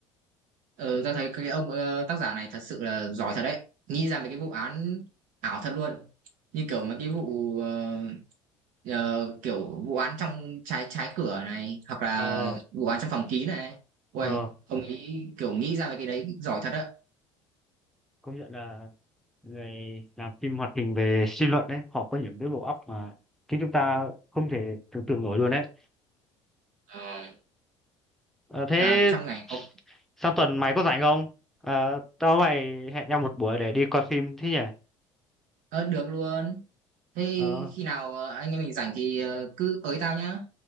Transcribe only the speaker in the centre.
ờ
ờ,
công nhận là người làm phim hoạt hình về suy luận đấy họ có những cái bộ óc mà chính chúng ta không thể tưởng tượng nổi luôn đấy
Ờ, thế
sang tuần mày có rảnh không Ờ, tao mày hẹn nhau một buổi để đi coi phim thế nhỉ
ờ